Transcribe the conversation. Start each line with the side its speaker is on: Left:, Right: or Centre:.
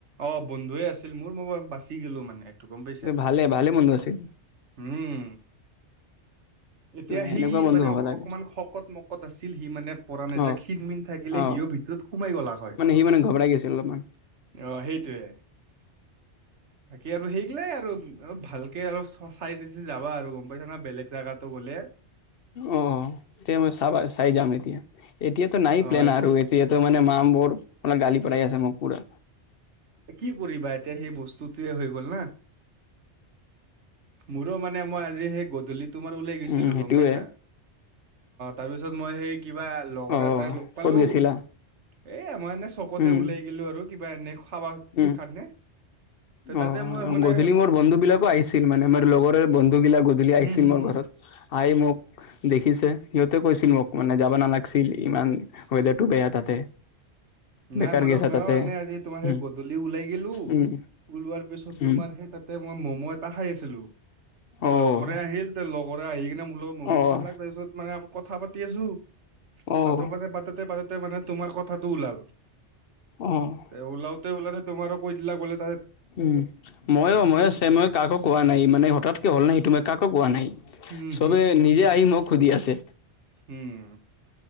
Right: অ, বন্ধুৱে আছিল মোৰ ম বাছি গলো মানে একটো কম পাইছা।
Left: ভালে ভালে বন্ধু আছিল
Right: উম, এতিয়া সি
Left: সেনেকুৱা বন্ধু
Right: মানে
Left: হ'ব
Right: অ
Left: লাগে
Right: অকমান খ মকত আছিল সি মানে। পৰা নাই
Left: অ
Right: যে ক্ষণমিন থাকিলে
Left: অ
Right: সিও ভিতৰত সোমাই গ'লা হয়।
Left: মানে সি মানে ঘবৰাই গৈছিল অলপমান
Right: আহ সেইটোৱে। বাকী আৰু সেইগিলাই আৰু অলপ ভালকে অলপ চচাই চচি যাবা আৰু গম, পাইছা না বেলেগ জাগাতো গ'লে।
Left: অ, এতিয়া মই চাবা চাই যাম এতিয়া এতিয়াতো নাই
Right: অ
Left: প্লেন আৰু। সিহেতত মানে মা বোৰৰ মাৰ গালি পেলাই আছে মোক পুৰা।
Right: কি কৰিবা এতিয়া সেই বস্তুটয়ে হৈ গ'ল না। মোৰো মানে মই আজি সেই গধূলি তোমাৰ ওলাই গৈছিলো
Left: উম, সেইটোৱে
Right: গম পাইছা। অ, তাৰপিছত মই সেই কিবা লগৰ
Left: অ',
Right: এটাই লগ পালো।
Left: ক'ত গৈছিলা?
Right: এ, আমই এনে চকতে
Left: উম,
Right: উলাই গিলো আৰু কিবা এনে খাবা।
Left: উম।
Right: খানে ত,
Left: অ',
Right: তাতে মই মানে।
Left: গধূলি মোৰ বন্ধু বিলাকো আহিছিল মানে মোৰ লগৰৰে বন্ধু গিলাক গধূলি আহিছিল
Right: হম হম
Left: মোৰ
Right: হম
Left: ঘৰত, আহই মোক। দেখিছে সিহঁতে কৈছিল মোক মানে যাব নালাগিছিল ইমান ৱেডাৰটো বেয়া তাতে। বেকাৰ
Right: নাই মোৰো
Left: গেছা
Right: মইো
Left: তাতে
Right: মানে আজি তোমাৰ
Left: উম,
Right: সেই গধূলি। ওলাই গিলো
Left: উম,
Right: ওলোৱাৰ পিছত
Left: উম।
Right: তোমাৰ সেই তাতে মই ম'ম' এটা খাই আছিলো। তে
Left: অ',
Right: লগৰে আহিল তে লগৰে আহি কিনে মো লগত ম'ম'
Left: অ',
Right: খাল লাগ তাৰপিছত মানে। কথা পাতি আছো
Left: অ',
Right: পাতে পাতে পাতোতে পাতোতে মানে তোমাৰ কথাাতটো ওলাল।
Left: উম,
Right: তে, ওলওতেওলতে তোমাৰো কৈ দিলা গ'লে।
Left: উম, মইয়ো মই আছে মই কাকো কোৱা নাই, মানে হঠাৎকৈ হ'ল ন সেইটো মই কাকো কোৱা নাই।
Right: হম
Left: সবে নিজে আহি মোক সুধি আছে।
Right: উম,